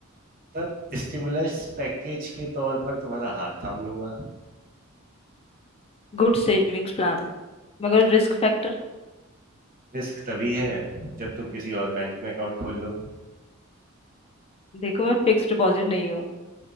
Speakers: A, on the right; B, on the left.
A: तब स्टिमुलस पैकेज के तौर पर तुम्हारा हाथ थाम लूंगा
B: Good savings plan मगर रिस्क फैक्टर
A: रिस्क तभी है जब तुम किसी और बैंक में अकाउंट खोल लो
B: देखो मैं फिक्स डिपॉजिट नहीं हूँ